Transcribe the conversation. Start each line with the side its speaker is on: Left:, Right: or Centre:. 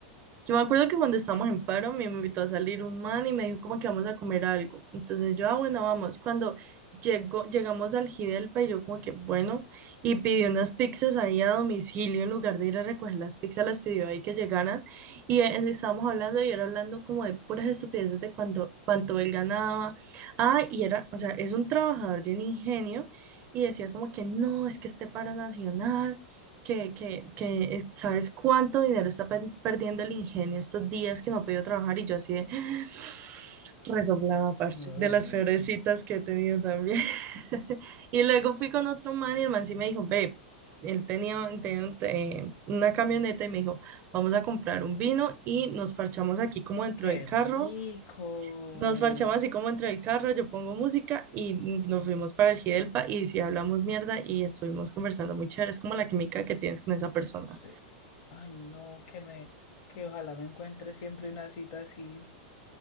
Right: Yo me acuerdo que cuando estábamos en paro, me invitó a salir un man y me dijo como que vamos a comer algo. Entonces yo, ah, bueno, vamos. Cuando llegó, llegamos al Gidelpa y yo como que, bueno, y pidió unas pizzas ahí a domicilio en lugar de ir a recoger las pizzas, las pidió ahí que llegaran. Y eh, estábamos hablando y era hablando como de puras estupideces de cuánto, cuánto él ganaba. Ah, y era, o sea, es un trabajador de un ingenio. Y decía como que no, es que este paro nacional que, que, que eh, sabes cuánto dinero está pe- perdiendo el ingenio estos días que no ha podido trabajar y yo así de <gasps> <sighs> resoplada, parce,
Left: Ugh,
Right: de las peores citas que he tenido también. <laughs> Y luego fui con otro man y el man sí me dijo, ve, él tenía, tenía un- eh, una camioneta y me dijo, vamos a comprar un vino y nos parchamos aquí como dentro
Left: Qué
Right: del carro
Left: rico.
Right: nos parchamos así como entre el carro, yo pongo música y nos fuimos para el Gidelpa y sí hablamos mierda y estuvimos conversando muy chévere. Es como la química que tienes con esa persona.
Left: sí. Ay, no, que me, que ojalá me encuentre siempre una cita así